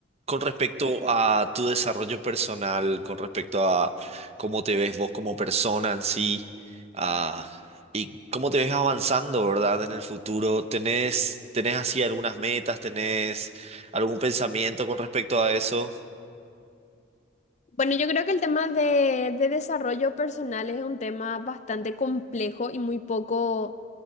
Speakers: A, on the right (about 30°); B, on the left (about 35°).
A: Con respecto a tu desarrollo personal, con respecto a cómo te ves vos como persona en sí, ah, y cómo te ves avanzando, ¿verdad? En el futuro, ¿tenés, tenés así algunas metas, tenés algún pensamiento con respecto a eso
B: Bueno, yo creo que el tema de, de desarrollo personal es un tema bastante complejo y muy poco